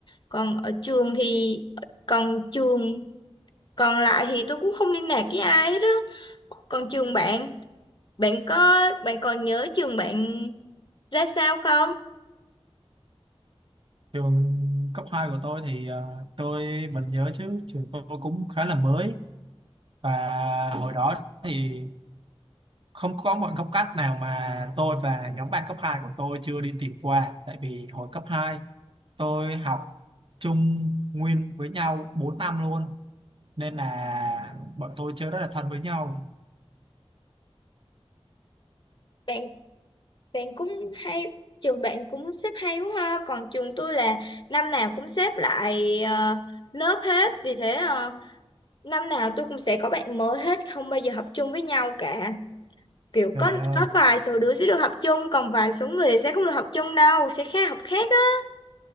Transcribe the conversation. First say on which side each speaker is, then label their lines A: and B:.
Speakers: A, on the left; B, on the right.
A: Còn ở trường thì còn trường còn lại thì tôi cũng không liên lạc với ai hết á còn trường bạn bạn có bạn còn nhớ trường bạn ra sao không
B: trường cấp 2 của tôi thì ờ, tôi vẫn nhớ chứ trường tôi cũng khá là mới và hồi đó thì không có một góc cắt nào mà tôi và nhóm bạn cấp 2 của tôi chưa đi tìm qua tại vì hồi cấp 2 tôi học chung nguyên với nhau 4 năm luôn nên là bọn tôi chơi rất là thân với nhau
A: bạn bạn cũng hay trường bạn cũng xếp hay quá ha còn trường tôi là năm nào cũng xếp lại ờ, lớp hết vì thế ờ, năm nào tôi cũng sẽ có bạn mới hết không bao giờ học chung với nhau cả kiểu
B: trời
A: có
B: ơi
A: có vài số đứa sẽ được học chung còn vài số người sẽ không được học chung đâu sẽ khác học khác á